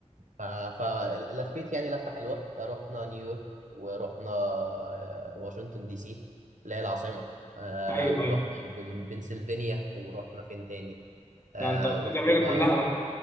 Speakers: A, on the right; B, on the left.
A: آه، ف- فلفيت يعني لفه حلوه رحنا نيويورك ورحنا آه، واشنطن دي سي اللي هي العاصمه آه
B: ايوه
A: ورحنا
B: ايوه
A: بن- بنسلفانيا ورحنا فين تاني آه
B: لا انت قضيت
A: ورحنا
B: امريكا كلها بقى